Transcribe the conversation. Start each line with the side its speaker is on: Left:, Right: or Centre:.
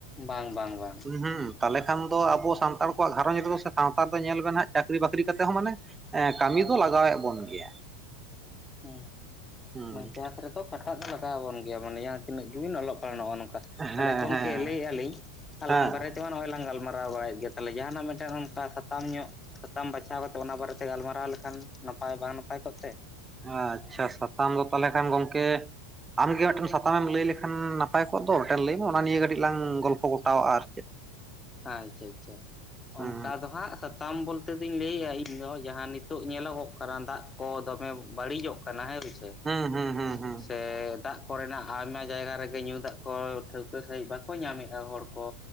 Left: ᱵᱟᱝ ᱵᱟᱝ ᱵᱟᱝ᱾
Right: ᱦᱩᱸ, ᱛᱟᱦᱞᱮ ᱠᱷᱟᱱ ᱫᱚ ᱟᱵᱚ ᱥᱟᱱᱛᱟᱲ ᱠᱚᱣᱟᱜ ᱜᱷᱟᱨᱚᱸᱡᱽ ᱨᱮᱫᱚ ᱥᱮ ᱥᱟᱶᱛᱟ ᱫᱚ ᱧᱮᱞ ᱵᱮᱱ ᱦᱟᱸᱜ ᱪᱟᱹᱠᱨᱤ ᱵᱟᱹᱠᱨᱤ ᱠᱟᱛᱮᱜ ᱦᱚᱸ ᱢᱟᱱᱮ ᱠᱟᱹᱢᱤ ᱫᱚ ᱞᱟᱜᱟᱣᱮᱫ ᱵᱚᱱ ᱜᱮᱭᱟ᱾
Left: ᱦᱩᱸ᱾
Right: ᱦᱩᱸ
Left: ᱱᱚᱶᱟ ᱪᱟᱥ ᱨᱮ ᱛᱚ ᱠᱟᱴᱟᱜ ᱛᱚ ᱞᱟᱜᱟᱣ ᱟᱵᱚᱱ ᱜᱮᱭᱟ, ᱢᱟᱱᱮ ᱡᱟᱦᱟᱸ ᱛᱤᱱᱟᱹᱜ ᱜᱮᱵᱮᱱ ᱚᱞᱚᱜ ᱯᱟᱲᱦᱚᱜᱼᱟ ᱱᱚᱝᱠᱟ᱾ ᱛᱟᱦᱞᱮ
Right: ᱦᱮᱸ
Left: ᱜᱚᱝᱠᱮ
Right: ᱦᱮᱸ
Left: ᱞᱟᱹᱭᱮᱫᱼᱟ ᱞᱤᱧ ᱟᱞᱟᱝ
Right: ᱦᱮᱸ
Left: ᱵᱟᱨᱮ ᱠᱤ ᱢᱟ ᱱᱚᱜᱼᱚᱭ ᱞᱟᱝ ᱜᱟᱞᱢᱟᱨᱟᱣ ᱵᱟᱲᱟᱭᱮᱫ ᱜᱮᱭᱟ, ᱛᱟᱦᱞᱮ ᱡᱟᱦᱟᱱᱟᱜ ᱢᱤᱫᱴᱮᱱ ᱚᱱᱠᱟ ᱥᱟᱛᱟᱢ ᱧᱚᱜ ᱥᱟᱛᱟᱢ ᱵᱟᱪᱷᱟᱣ ᱠᱟᱛᱮ ᱚᱱᱟ ᱵᱟᱨᱮ ᱛᱮ ᱜᱟᱞᱢᱟᱨᱟᱣ ᱞᱮᱠᱷᱟᱱ ᱱᱟᱯᱟᱭ ᱵᱟᱝ ᱱᱟᱯᱟᱭ ᱠᱚᱜ ᱛᱮ?
Right: ᱟᱪᱪᱷᱟ, ᱥᱟᱛᱟᱢ ᱫᱚ ᱛᱟᱦᱞᱮ ᱠᱷᱟᱱ ᱜᱚᱝᱠᱮ? ᱟᱢ ᱜᱮ ᱢᱤᱫᱴᱮᱱ ᱥᱟᱛᱟᱢ ᱮᱢ ᱞᱟᱹᱭ ᱞᱮᱠᱷᱟᱱ ᱱᱟᱯᱟᱭ ᱠᱚᱜ ᱫᱚ, ᱢᱤᱫᱴᱮᱱ ᱞᱟᱹᱭ ᱢᱮ ᱚᱱᱟ ᱱᱤᱭᱟᱹ ᱠᱟᱹᱴᱤᱡ ᱞᱟᱝ ᱜᱚᱞᱯᱷᱚ ᱜᱚᱴᱟᱣᱟᱜᱼᱟ ᱟᱨ ᱪᱮᱫ?
Left: ᱟᱪᱪᱷᱟ ᱟᱪᱪᱷᱟ
Right: ᱦᱩᱸ
Left: ᱚᱱᱠᱟ ᱫᱚ ᱦᱟᱸᱜ ᱥᱟᱛᱟᱢ ᱵᱚᱞᱛᱮ ᱫᱩᱧ ᱞᱟᱹᱭᱮᱜᱼᱟ ᱤᱧ ᱫᱚ ᱡᱟᱦᱟᱸ ᱱᱤᱛᱚᱜ ᱧᱮᱞᱚᱜᱚᱜ ᱠᱟᱱᱟ ᱫᱟᱜ ᱠᱚ ᱫᱚᱢᱮ ᱵᱟᱹᱲᱤᱡᱚᱜ ᱠᱟᱱᱟ ᱦᱮᱸ ᱥᱮ
Right: ᱦᱩᱸ ᱦᱩᱸ ᱦᱩᱸ ᱦᱩᱸ
Left: ᱥᱮ ᱫᱟᱜ ᱠᱚᱨᱮᱱᱟᱜ ᱟᱭᱢᱟ ᱡᱟᱭᱜᱟ ᱨᱮᱜᱮ ᱧᱩ ᱫᱟᱜ ᱠᱚ ᱴᱷᱟᱹᱣᱠᱟᱹ ᱥᱟᱺᱦᱤᱡ ᱵᱟᱠᱚ ᱧᱟᱢᱮᱫᱼᱟ ᱦᱚᱲ ᱠᱚ